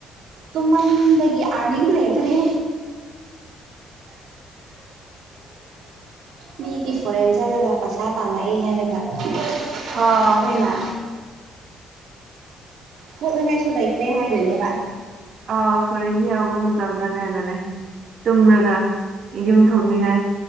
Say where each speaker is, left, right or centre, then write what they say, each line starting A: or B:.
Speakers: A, on the right; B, on the right.
A: ꯇꯨꯃꯟꯕꯒꯤ ꯑꯥꯔꯅꯤꯡ ꯂꯩꯇ꯭ꯔꯦ ꯃꯤꯗꯤ ꯐꯣꯔꯦꯟ ꯆꯠꯂꯒ ꯄꯩꯁꯥ ꯇꯥꯜꯂꯛꯏꯦ ꯍꯥꯏꯔꯒ ꯑꯩꯈꯣꯏꯅ
B: ꯑꯥ
A: ꯊꯣꯛꯅꯉꯥꯏꯁꯨ ꯂꯩꯇ꯭ꯔꯦ ꯍꯥꯏꯗꯣꯏꯅꯦꯕ
B: ꯑꯥ ꯐꯣꯔꯦꯟ ꯌꯥꯎꯕ ꯃꯇꯝꯗ ꯀꯩꯅꯣꯅꯦ ꯇꯨꯝꯔꯒ ꯌꯨꯝ ꯊꯣꯛꯅꯤꯡꯉꯥꯏ